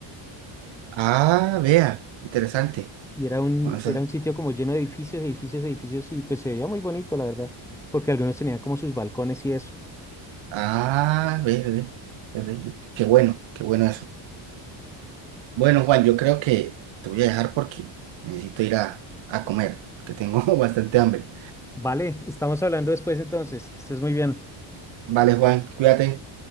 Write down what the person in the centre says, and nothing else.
Y era un,
era un sitio como lleno de edificios, edificios, edificios y pues se veía muy bonito, la verdad, porque algunos tenían como sus balcones y eso.
Vale, estamos hablando después entonces, que estés muy bien.